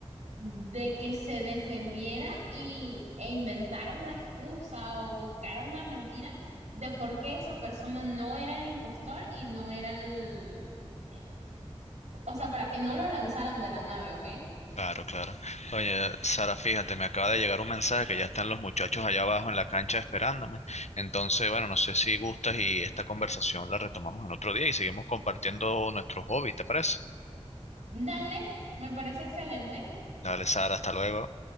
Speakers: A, on the right (about 85°); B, on the left (about 80°).
A: de que se defendiera y, e inventara una excusa o buscara una mentira de por qué esa persona no era el impostor y no era el, el- o sea, para que no lo lanzaran de la nave, ¿ok?
B: Claro, claro. Oye, Sara, fíjate, me acaba de llegar un mensaje que ya están los muchachos allá abajo en la cancha esperándome. Entonces, bueno, no sé si gustas y esta conversación la retomamos en otro día y seguimos compartiendo nuestros hobbies, ¿te parece?
A: Dale, me parece excelente.
B: Dale, Sara, hasta luego.